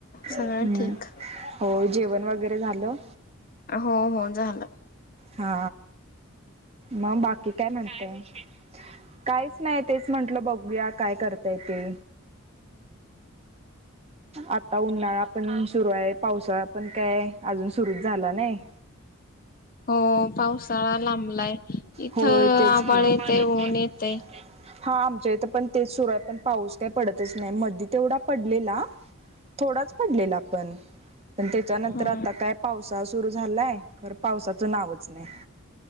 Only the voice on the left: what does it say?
सगळं
ठीक.
हो हो झालं.
हो पावसाळा लांबलाय. इथं
आबाळ
येते
ऊन येते
हा